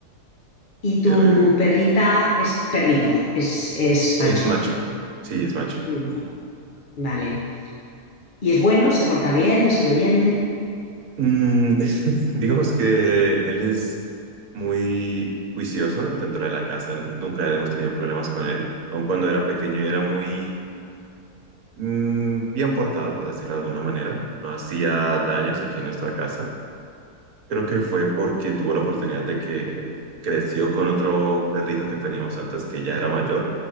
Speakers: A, on the left (about 40°); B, on the right (about 70°).
A: Y tu
B: Sí, oye,
A: perrita es perrito, es, es
B: Es
A: macho.
B: macho, sí, es macho.
A: Mm, vale. Y es bueno, se porta bien, es obediente.
B: Mm, <laughs> digamos que él es muy juicioso dentro de la casa, nunca hemos tenido problemas con él, aun cuando era pequeño era muy mm, bien portado, por decirlo de alguna manera, no hacía daños aquí en nuestra casa. Creo que fue porque tuvo la oportunidad de que creció con otro perrito que teníamos antes, que ya era mayor,